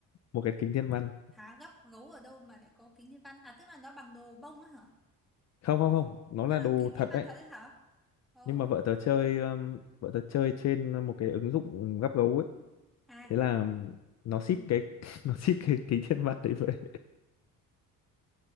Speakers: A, on the left; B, in the centre.
A: một cái kính thiên văn
B: Hả gấp gấu ở đâu mà lại có kính thiên văn? À tức là nó bằng đồ bông á hả?
A: không không không nó
B: Nó
A: là
B: là
A: đồ
B: kính thiên
A: thật
B: văn
A: đấy
B: thật đấy hả? Ồ.
A: nhưng mà vợ tớ chơi ừm, vợ tớ chơi trên một cái ứng dụng gắp gấu ấy
B: À.
A: thế là nó ship
B: Ừ.
A: cái <laughs> nó ship cái kính thiên văn đấy vậy